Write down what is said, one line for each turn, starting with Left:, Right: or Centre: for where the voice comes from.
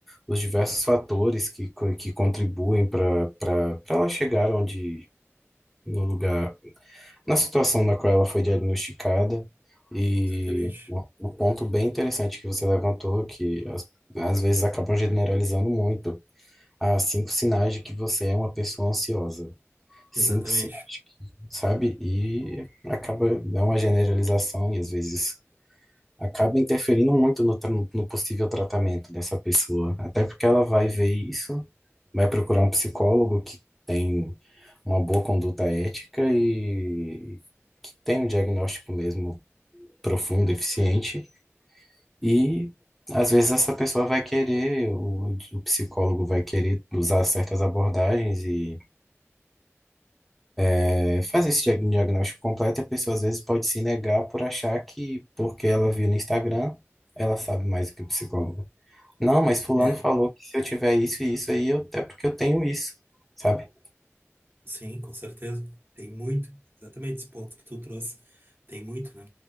Centre: os diversos fatores que, co- que contribuem para para ela chegar onde, no lugar na situação na qual ela foi diagnosticada. E
Right: exatamente,
Centre: um um ponto bem interessante que você levantou, que as- às vezes acabam generalizando muito, há cinco sinais de que você é uma pessoa ansiosa. Cinco
Right: exatamente.
Centre: sinais, sabe? E acaba, dá uma generalização e às vezes acaba interferindo muito no, tra- no possível tratamento dessa pessoa. Até porque ela vai ver isso, vai procurar um psicólogo que tem uma boa conduta ética e que tem um diagnóstico mesmo profundo, eficiente. E às vezes essa pessoa vai querer, o, o psicólogo vai querer usar certas abordagens e é, fazer esse diag- diagnóstico completo. E a pessoa às vezes pode se negar por achar que porque ela viu no Instagram, ela sabe mais do que o psicólogo. Não, mas fulano
Right: É,
Centre: falou que se eu tiver isso e isso aí, eu, é porque eu tenho isso, sabe?
Right: sim, com certeza. Tem muito, exatamente esse ponto que tu trouxe, tem muito, né?